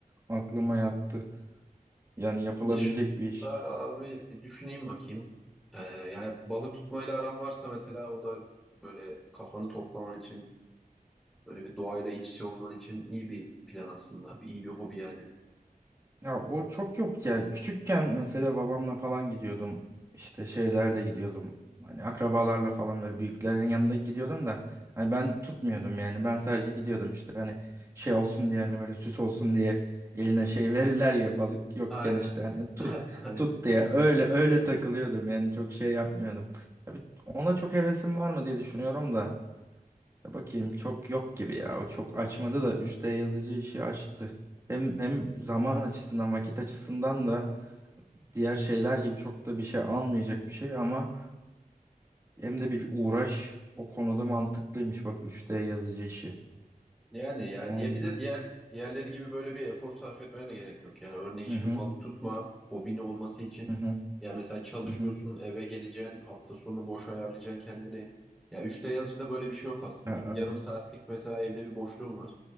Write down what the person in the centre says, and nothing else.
Bunun dışında
abi bir düşüneyim bakayım. Ee, yani balık tutmayla aram varsa mesela o da böyle kafanı toplaman için Böyle bir doğayla iç içe olman için iyi bir plan aslında. Bir, iyi bir hobi yani.
Aynen.
<laughs> Aynen.
Yani ya
diye
bir de diğer diğerleri gibi böyle bir efor sarf etmene de gerek yok. Yani örneğin şimdi
balık tutma hobini olması için
ya mesela çalışıyorsun,
eve geleceksin, hafta sonu boş ayarlayacaksın kendini. Ya üçte yazıcıda böyle bir şey yok aslında.
Bir
yarım saatlik mesela evde bir boşluğum var.